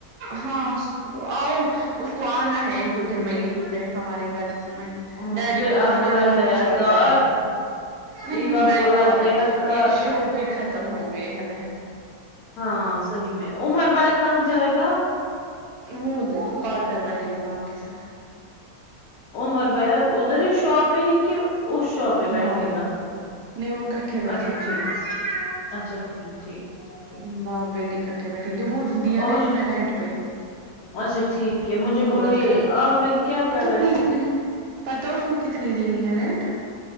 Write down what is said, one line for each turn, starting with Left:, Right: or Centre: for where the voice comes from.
Right: ہاں سو آؤ اس کو آنا ہے ایک دو دن میں یہی پہ ہمارے گھر میں
Left: ہاں
Right: ڈیڈی
Left: پھر
Right: کو
Left: آپ
Right: جانا ہے
Left: لگ
Right: عمر
Left: گیا
Right: کی شاپ
Left: کار
Right: پہ نہیں
Left: ایوا
Right: میں کو
Left: لگ
Right: ابھی
Left: گیا کار
Right: یہ شوق ھی ختم ہو گئے ہے بہن
Left: ہاں صحیح میں عمر بھائی کہاں جائے گا
Right: وہ پاٹنر بیٹھے گا اب آپ کے ساتھ
Left: عمر بھیا ادھر ہی شاپ پہ ہی کہ اس شاپ پہ
Right: ہاں
Left: بیٹھے
Right: وہ
Left: گا
Right: نہیں وہ کٹھے بیٹھیں
Left: اچھا
Right: گے
Left: ٹھیک اچھا ٹھیک ٹھیک ٹھیک
Right: باپ بیٹے اکٹھے بیٹھے گے وہ دیا
Left: اور
Right: نا انہوں نے رینٹ پہ
Left: اچھا ٹھیک ہے مجھے بولو
Right: صورت
Left: یہ
Right: خ
Left: عامر کیا کر
Right: کتنی
Left: رہا ہے
Right: کتنی پتا اس کو کتنی دینی ہے رینٹ